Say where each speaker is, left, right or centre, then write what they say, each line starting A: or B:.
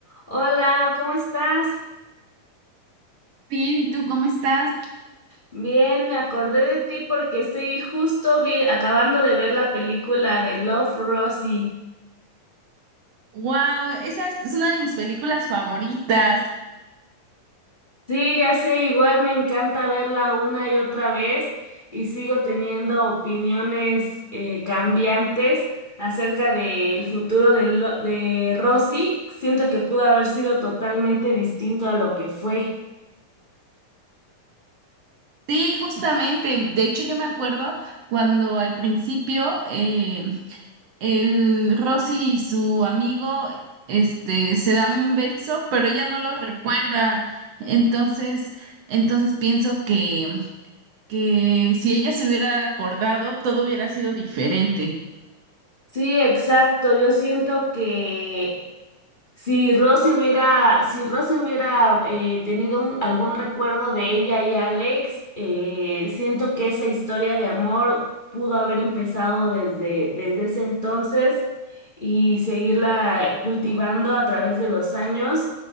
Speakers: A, on the left (about 50°); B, on the right (about 60°).
A: Hola, ¿cómo estás?
B: Bien, ¿y tú cómo estás?
A: Bien, me acordé de ti porque estoy justo vi- acabando de ver la película de Love, Rosie.
B: Wow, esa es es una de mis películas favoritas.
A: Sí, ya sé, igual me encanta verla una y otra vez y sigo teniendo opiniones eh, cambiantes acerca del futuro de, Lo- de Rosie. Siento que pudo haber sido totalmente distinto a lo que fue.
B: Sí, justamente. De hecho, yo me acuerdo cuando al principio eh, el Rosy y su amigo este, se dan un beso, pero ella no lo recuerda. Entonces, entonces pienso que, que si ella se hubiera acordado, todo hubiera sido diferente.
A: Sí, exacto. Yo siento que Si Rosy hubiera, si Rosy hubiera eh, tenido un- algún recuerdo de ella y Alex, eh, siento que esa historia de amor pudo haber empezado desde, desde ese entonces y seguirla cultivando a través de los años